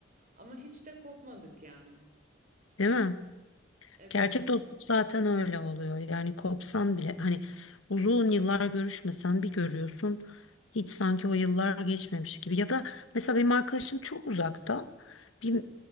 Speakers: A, on the right; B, on the left.
A: Ama hiç de kopmadık yani.
B: Değil mi?
A: Evet.
B: Gerçek dostluk zaten öyle oluyor. Yani kopsan bile hani uzun yıllar görüşmesen bir görüyorsun. Hiç sanki o yıllar geçmemiş gibi. Ya da mesela benim arkadaşım çok uzakta. Bir,